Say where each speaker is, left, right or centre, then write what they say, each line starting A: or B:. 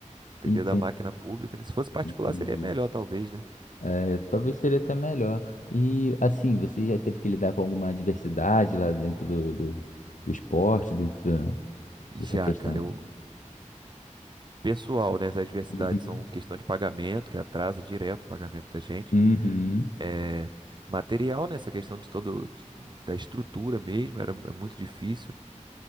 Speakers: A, on the right; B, on the left.
A: Depender
B: Entendi,
A: da máquina pública. né? Se fosse particular,
B: entendi.
A: seria melhor, talvez, né?
B: É, talvez seria até melhor. E assim, você já teve que lidar com alguma adversidade lá dentro do, do, do esporte, dentro da-
A: Já,
B: dessa questão?
A: cara, eu. pessoal, né? As adversidades
B: Uhum.
A: são questão de pagamento, que atrasa direto o pagamento da gente.
B: Uhum.
A: É, material, né? Essa questão de todo de- da estrutura mesmo, era é muito difícil.